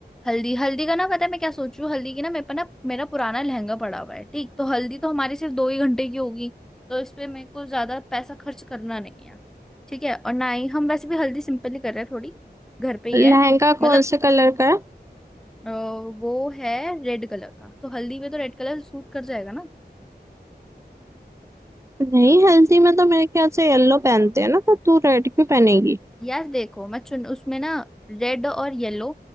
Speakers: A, in the centre; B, on the right.
A: हल्दी हल्दी का ना पता है मैं क्या सोच रही हूँ हल्दी की ना मेरे पे ना मेरा पुराना लहंगा पड़ा हुआ है ठीक तो हल्दी तो हमारी सिर्फ दो ही घंटे की होगी तो इस पे मेरे को ज्यादा पैसा खर्च करना नहीं है ठीक है और ना ही हम वैसे भी हल्दी सिंपल ही कर रहे हैं थोड़ी घर पे ही
B: लहंगा
A: है मतलब
B: कौन से कलर का है
A: अ, वो है रेड कलर का तो हल्दी में तो रेड कलर सूट कर जाएगा ना
B: नहीं हल्दी में तो मेरे ख्याल से येलो पहनते हैं ना तो तू रेड क्यों पहनेगी
A: यार देखो मैं चुन उसमें ना रेड और येलो